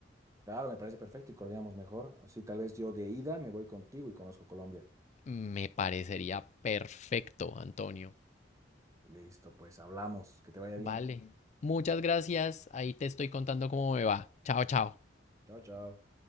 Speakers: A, on the right; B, on the left.
A: Claro, me parece perfecto y coordinamos mejor. Así tal vez yo de ida me voy contigo y conozco Colombia.
B: Me parecería perfecto, Antonio.
A: Listo, pues hablamos. Que te vaya
B: Vale.
A: bien.
B: Muchas gracias. Ahí te estoy contando cómo me va. Chao, chao.
A: Chao, chao.